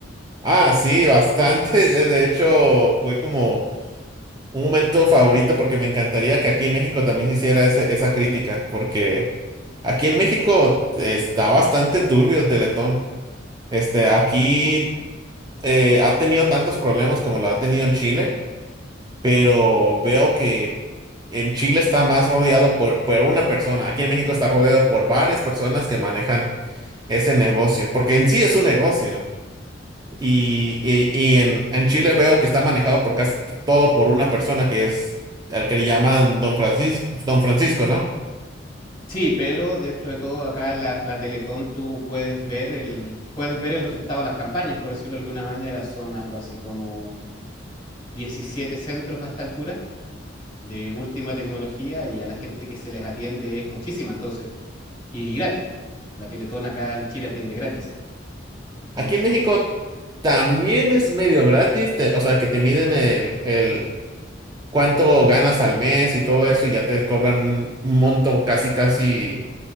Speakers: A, on the right; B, on the left.
A: Ah, sí, bastante. <laughs> De de hecho, fue como un momento favorito porque me encantaría que aquí en México también se hiciera ese- esa crítica, porque aquí en México está bastante turbio el Teletón. Este, aquí eh, ha tenido tantos problemas como lo ha tenido en Chile, pero veo que en Chile está más rodeado por, por una persona. Aquí en México está rodeado por varias personas que manejan ese negocio, porque en sí es un negocio. Y, y- y en, en Chile veo que está manejado por casi t- todo por una persona que es al que le llaman Don Francisco, Don Francisco, ¿no?
B: Sí, pero dentro de todo acá la, la Teletón tú puedes ver el puedes ver el resultado de las campañas, por decirlo de alguna manera, son algo así como 17 centros a esta altura de última tecnología y a la gente que se les atiende es muchísima, entonces, y gratis. La Teletón acá en Chile atiende gratis. Entonces,
A: Aquí en México también es medio gratis, te- o sea, que te miden el, el cuánto ganas al mes y todo eso y ya te cobran un, un monto casi, casi,